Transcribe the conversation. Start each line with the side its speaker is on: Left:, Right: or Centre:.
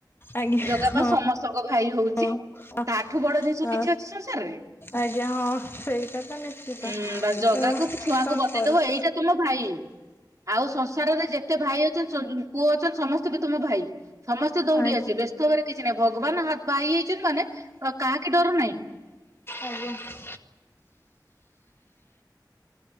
Left: ଆଜ୍ଞା
Right: ଜଗା
Left: ହଁ।
Right: ପା ସମସ୍ତଙ୍କ ଭାଇ ହଉଛି
Left: ହଁ
Right: ତାଠୁ ବଡ ଜିନିଷ କିଛି ଅଛି ସଂସାରରେ।
Left: ଆଜ୍ଞା ହଁ ସେଇଟା ତ ନିଶ୍ଚିତ
Right: ହୁଁ
Left: ତ
Right: ବାସ୍ ଜଗାକୁ
Left: କଣ
Right: ଛୁଆଙ୍କୁ ବତେଇଦବ
Left: କର
Right: ଏଇଟା ତୁମ ଭାଇ ଆଉ ସଂସାରରେ ଯେତେ ଭାଇ ଅଛନ୍ତି <unintelligible> ପୁଅ ଅଛନ୍ତି ସମ ସ୍ତେ ବି ତୁମ ଭାଇ। ସମସ୍ତେ ଦୌଡି
Left: ଆଜ୍ଞା ହଁ।
Right: ଆସିବେ ବ୍ୟସ୍ତ ଭବରେ କିଛି ନାହିଁ ଭଗବାନ ଭାଇ ହେଇଚନ୍ତି ମାନେ କାହାକି ଡର ନାହିଁ।
Left: ଆଜ୍ଞା।